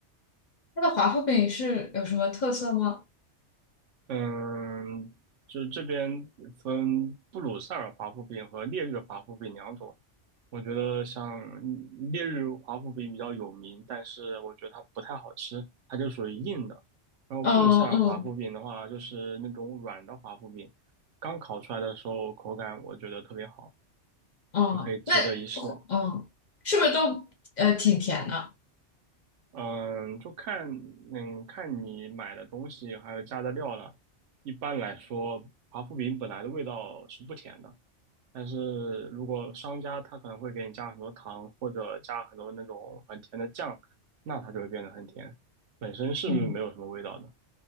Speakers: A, on the left; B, on the right.
A: 它的华夫饼是有什么特色吗？
B: 嗯，就这边分布鲁塞尔华夫饼和烈日华夫饼两种。我觉得像烈日华夫饼比较有名，但是我觉得它不太好吃，它就属于硬的。然后布鲁塞尔华夫饼的话，
A: 嗯嗯
B: 就是那种软的华夫饼，刚烤出来的时候口感我觉得特别好，
A: 嗯，
B: 就可以值得一试。
A: 那嗯是不是都呃挺甜的？
B: 嗯，就看嗯看你买的东西还有加的料了。一般来说，华夫饼本来的味道是不甜的，但是如果商家他可能会给你加很多糖或者加很多那种很甜的酱，那它就会变得很甜，本身是没有什么味道的。
A: 嗯。